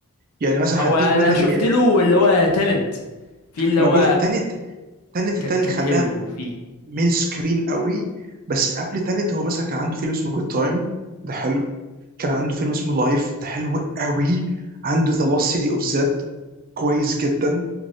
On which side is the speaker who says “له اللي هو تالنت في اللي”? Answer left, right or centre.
Left